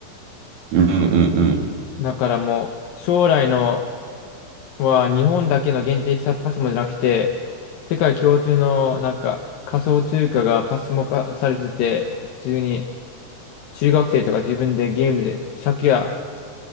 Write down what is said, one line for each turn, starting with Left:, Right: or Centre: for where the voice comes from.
Right: うんうんうん。
Left: だからもう、将来のは日本だけの限定したパスモじゃなくて、世界共通のなんか仮想通貨がパスモ化されてて、普通に中学生とか自分でゲームで、借や、